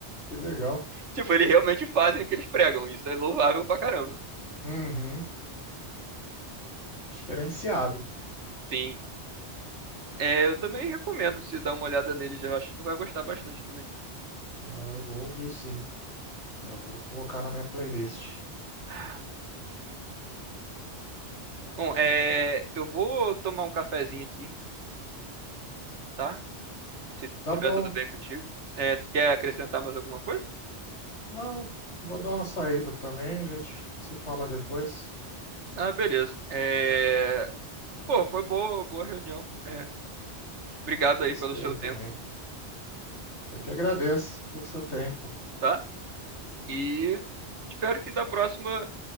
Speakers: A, on the left (about 80°); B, on the right (about 80°).
A: Que legal.
B: tipo, eles realmente fazem o que eles pregam. Isso é louvável pra caramba.
A: Uhum. Diferenciado.
B: Sim. É, eu também recomendo se dar uma olhada neles. Eu acho que tu vai gostar bastante também.
A: Eu vou ouvir sim. Já vou colocar na minha playlist.
B: <sighs> Bom, é, eu vou tomar um cafezinho aqui, tá? Se
A: Tá
B: tiver
A: bom.
B: tudo bem contigo. É, tu quer acrescentar mais alguma coisa?
A: Não, vou dar uma saída também, a gente se fala depois.
B: Ah, beleza. É, pô, foi boa, boa reunião. É, obrigado aí
A: Gostei
B: pelo seu
A: também.
B: tempo,
A: Eu que agradeço pelo seu tempo.
B: tá? E espero que da próxima